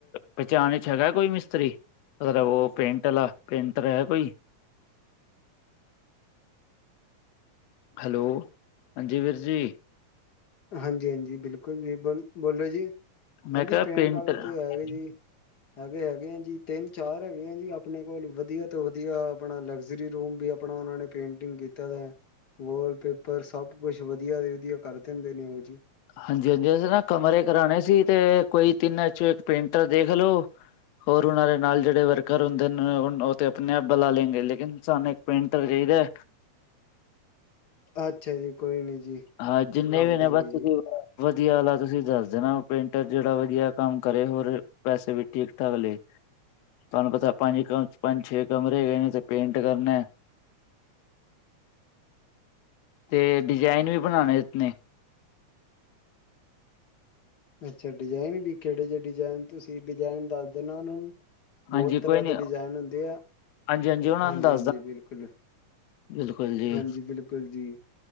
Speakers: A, on the left (about 70°); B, on the left (about 55°).
A: ਪਚਾਣ ਚ ਹੈਗਾ ਕੋਈ ਮਿਸਤਰੀ ਮਤਲਬ ਓ ਪੇਂਟ ਅਲਾ ਪੇਂਟਰ ਹੈਗਾ ਕੋਈ? ਹੈਲੋ ਆਜੀ ਵੀਰ ਜੀ।
B: ਹਾਂਜੀ ਆਜੀ, ਬਿਲਕੁਲ ਜੀ ਬੋਲ ਬੋਲੋ ਜੀ,
A: ਮੈਂ
B: ਆਜੀ
A: ਕਿਹਾ
B: ਪੇਂਟ
A: ਪੇਂਟਰ
B: ਆਲੇ
A: ਹਾਂਜੀ
B: ਤੇ ਹੈਗਾ ਯੀ ਹੈਗੇ ੲੈਗੇ ਅਜੀ ਤੇਨ-ਚਾਰ ਐਗੇ ਜੀ ਆਪਣੇ ਕੋਲ ਵਧੀਆ ਤੋਂ ਵਧੀਆ ਆਪਣਾ ਲਗਜ਼ਰੀ ਰੂਮ ਵੀ ਅ ਪਣਾ ਓਨਾਂ ਨੇ ਪੇਂਟਿੰਗ ਕੀਤਾ ਦੈ। ਵੋਲਪੇਪਰ ਸਭ ਕੁਛ ਵਧੀਆ <unintelligible> ਵਧੀਆ ਕੱਰ ਦਿੰਦੇ ਨੇ ਓ ਜੀ
A: ਹਾਂਜੀ-ਅਜੀ ਅਸੀਂ ਨਾ ਕਮਰੇ ਕਰਾਣੇ ਸੀ ਤੇ ਕੋਈ ਤਿੰਨ ਚੋ ਏਕ ਪੇਂਟਰ ਦੇਖ ਲੋ ਹੋਰ ਉਨਾ ਦੇ ਨਾਲ ਜਿੜੇ ਵਰਕਰ ਹੁੰਦੇ ਨੇ ਓ ਓਤੇ ਅਪਣੇ ਆਪ ਬੁਲਾ ਲੇਗੇ ਲੇਕਿਨ ਸਾਮਨੇ ਪੇਂਟਰ ਚਾਈਦਾ
B: ਅੱਛਾ ਜੀ ਕੋਈ ਨੀ ਜੀ।
A: ਹਾਂ ਜਿੰਨੇ
B: ਲੱਭ
A: ਵੀ ਨੇ
B: ਦਾਂਗੇ
A: ਬਸ
B: ਜੀ
A: ਤੁਸੀ ਓ ਕਰਾਦੋ ਵਧੀਆ ਆਲਾ ਤੁਸੀਂ ਦੱਸ ਦੇਣਾ, ਪੇਂਟਰ ਜਿੜਾ ਵਧੀਆ ਕੰਮ ਕਰੇ ਹੋਰ ਪੈਸੇ ਵੀ ਠੀਕ-ਠਾਕ ਲੇ ਤਾਨੂੰ ਪਤਾ, ਪੰਜ ਕਮ ਪੰਜ-ਛੇ ਕਮਰੇ ਹੇਗੇ ਨੇ ਤੇ ਪੇਂਟ ਕਰਨੈ ਤੇ ਡਿਜ਼ਾਇਨ ਵੀ ਬਣਾਣੇ ਨੇ
B: ਅੱਛਾ ਡਜੈਨ ਵੀ ਕੇੜੇ ਜੇ ਡਜੈਨ ਤੁਸੀਂ ਡਜੈਨ ਦੱਸ ਦੇਣਾ ਓਨਾਂ ਨੂੰ ਬੋਤ
A: ਹਾਂਜੀ
B: ਤਰ੍ਹਾਂ
A: ਕੋਈ ਨੀ
B: ਦੇ ਡਿਜ਼ਾਨ ਹੁੰਦੇ ਐ,
A: ਹਾਂਜੀ ਉਹਨਾਂ
B: ਹਾਂਜੀ
A: ਨੂੰ ਦੱਸਦਾ
B: ਆਜੀ ਬਿਲਕੁਲ
A: ਬਿਲਕੁਲ ਜੀ
B: ਹਾਂਜੀ ਬਿਲਕੁਲ ਜੀ